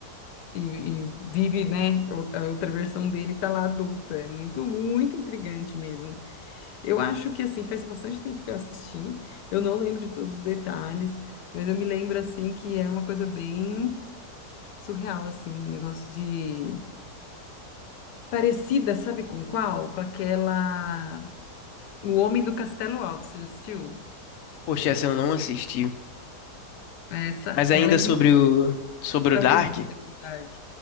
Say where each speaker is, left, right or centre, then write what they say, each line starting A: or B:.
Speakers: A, on the left; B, on the left.
A: e, e vive, né? o- A outra versão dele tá lá adulta. É muito, muito intrigante mesmo. Eu acho que, assim, faz bastante tempo que eu assisti. Eu não lembro de todos os detalhes, mas eu me lembro, assim, que era uma coisa bem surreal, assim, um negócio de... Parecida, sabe com qual? Com aquela... O Homem do Castelo Alto, você já assistiu?
B: Poxa, essa eu não assisti.
A: Essa,
B: Mas
A: ela
B: ainda
A: é muito
B: sobre o sobre
A: parecida
B: o Dark.
A: com Dark.